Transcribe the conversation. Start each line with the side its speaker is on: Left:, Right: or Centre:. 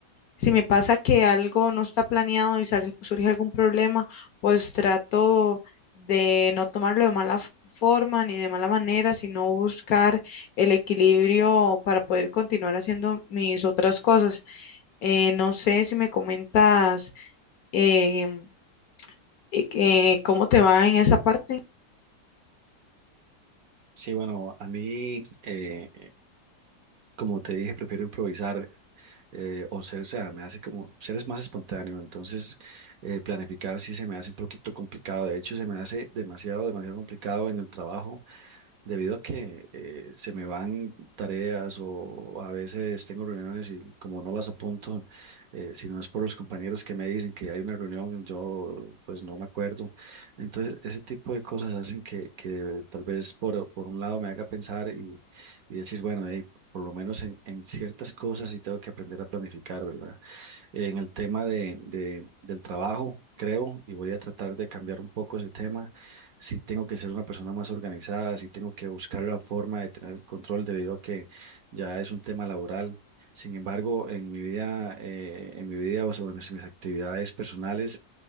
Left: si me pasa que algo no está planeado y sale- surge algún problema, pues trato de no tomarlo de mala f- forma ni de mala manera, sino buscar el equilibrio para poder continuar haciendo mis otras cosas. Eh, no sé si me comentas em, eh, eh, cómo te va en esa parte.
Right: Sí, bueno, a mí, eh, eh, como te dije, prefiero improvisar eh, o ser, o sea, me hace como ser es más espontáneo, entonces eh, planificar sí se me hace un poquito complicado, de hecho se me hace demasiado, demasiado complicado en el trabajo debido a que eh, se me van tareas o a veces tengo reuniones y como no las apunto, eh, si no es por los compañeros que me dicen que hay una reunión, yo pues no me acuerdo. Entonces, ese tipo de cosas hacen que, que tal vez por, por un lado me haga pensar y, y decir, bueno, hey, por lo menos en, en ciertas cosas sí tengo que aprender a planificar, ¿verdad? en el tema de, de- del trabajo, creo, y voy a tratar de cambiar un poco ese tema. Si tengo que ser una persona más organizada, si tengo que buscar la forma de tener el control debido a que ya es un tema laboral. Sin embargo, en mi vida, eh, en mi vida, o sea, bueno, en mis, mis actividades personales,